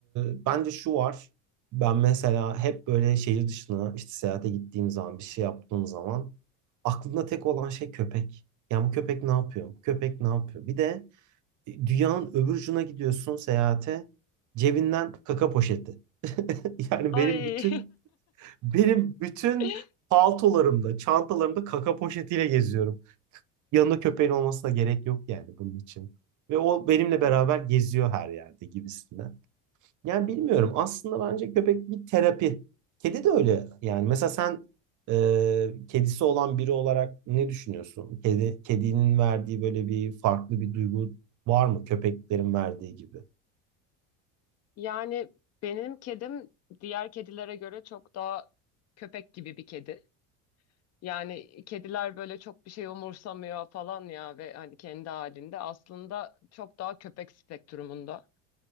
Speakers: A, on the right (about 50°); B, on the left (about 45°).
A: e, bence şu var. Ben mesela hep böyle şehir dışına işte seyahate gittiğim zaman bir şey yaptığım zaman aklımda tek olan şey köpek. Ya bu köpek ne yapıyor? Bu köpek ne yapıyor? Bir de e, dünyanın öbür ucuna gidiyorsun seyahate cebinden kaka poşeti. <laughs> Yani
B: Ay.
A: benim bütün benim bütün
B: <laughs>
A: paltolarımda, çantalarımda kaka poşetiyle geziyorum. Yanında köpeğin olmasına gerek yok yani bunun için. Ve o benimle
B: Tabii.
A: beraber geziyor her yerde gibisinden. Yani bilmiyorum. Aslında bence köpek bir terapi. Kedi de öyle. Yani mesela sen e, kedisi olan biri olarak ne düşünüyorsun? Kedi, kedinin verdiği böyle bir farklı bir duygu var mı? Köpeklerin verdiği gibi.
B: Yani benim kedim diğer kedilere göre çok daha köpek gibi bir kedi. Yani kediler böyle çok bir şey umursamıyor falan ya ve hani kendi halinde aslında çok daha köpek spektrumunda.